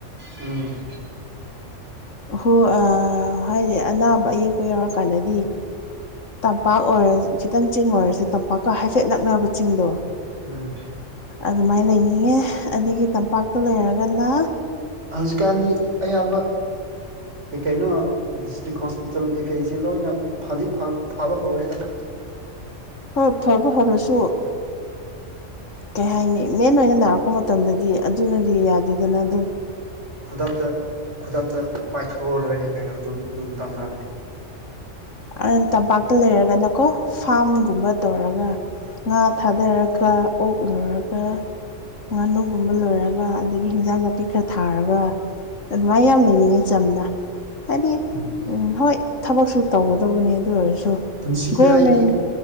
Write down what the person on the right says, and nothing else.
ꯎꯝ
ꯎꯝ
ꯍꯧꯖꯤꯛꯀꯥꯟꯗꯤ ꯑꯌꯥꯝꯕ ꯀꯩ ꯀꯩꯅꯣ ꯗꯤꯁꯇ꯭ꯔꯤꯛ ꯍꯣꯁꯄꯤꯇꯥꯜ ꯀꯩꯀꯩꯁꯤ ꯂꯣꯏꯅ ꯐꯗꯤ ꯐ ꯐꯕ ꯍꯧꯔꯦꯗ
ꯈꯨꯗꯛꯇ ꯈꯨꯗꯛꯇ ꯄꯥꯏꯊꯣꯛꯑ ꯂꯣꯏꯔꯦꯅꯦ ꯀꯩꯅꯣ ꯑꯗꯨ ꯑꯗꯨ ꯃꯇꯝ ꯂꯥꯛꯑꯗꯤ
ꯎꯝ
ꯄꯨꯟꯁꯤꯗ
ꯑꯩꯗꯤ